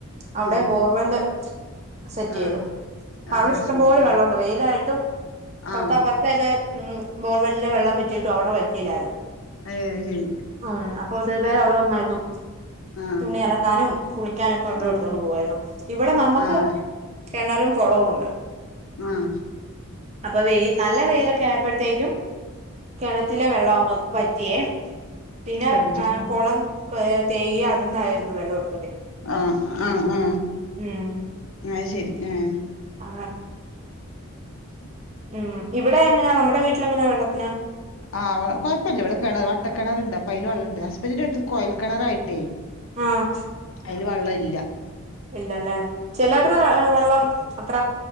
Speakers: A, on the right (about 30°); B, on the left (about 65°).
A: അവിടെം
B: ആഹ്
A: ബോർവെല്ല് സെറ്റ്യ്തു
B: ആഹ്
A: പ്പവിടെഷ്ടംപോലെ
B: ആഹ് അത് ശരി
A: വെള്ളണ്ട് വെയിലായിട്ടും തൊട്ടപ്പ
B: ആഹ്
A: <unintelligible> ഉ ബോർവെല്ലെ വെള്ളം വറ്റിയിട്ടും അവിടെ വറ്റീല്ലായിരുന്നു.
B: ഏഹ് അത് ശരി
A: ഉം അപ്പോ ഒത്തിരിപേരവിടെ വന്നായിരുന്നു
B: ആഹ്
A: തുണി അലക്കാനും കുളിക്കാനൊക്ക വെള്ളംഎടുത്തോണ്ട്
B: ആഹ്
A: പോവായിരുന്നു. ഇവിടെ നമ്മക്ക്
B: ആഹ്
A: കെണറും കൊളവുണ്ട്.
B: ഉം
A: അപ്പൊ വെയി നല്ല വെയിലൊക്കെ ആയപ്പൾ ത്തേക്കും കെണറ്റിലെ വെള്ളം അങ്ങ് വറ്റിയേ പിന്നെ
B: കഴിഞ്ഞിട്ടത്
A: എ
B: കഴിഞ്ഞിട്ട്
A: കൊളം കൊയ തേകിയാ അതിന്നായിരുന്നു വെള്ളൊട്
B: ആഹ് ആഹ് ആഹ്
A: ഉം
B: അയ്ശരി ഏഹ്
A: <unintelligible> ഉം ഇവിടെ എങ്ങനാ നമ്മുടെ വീട്ടിലെങ്ങനാ വെള്ളത്തിന്?
B: ആഹ് വ കൊയപ്പല്ല വിടെ കെണർ വട്ടക്കെണറ്ണ്ട് അപ്പയില് വെള്ളണ്ട് ഹസ്ബന്റിന്റെ വീട്ടില് കൊയൽ കെണറായിട്ടേ
A: ആഹ്
B: അയില് വള്ളല്ല
A: ഇല്ലല്ലേ ചെലേടത്ത് വെ വെള്ളം അത്ര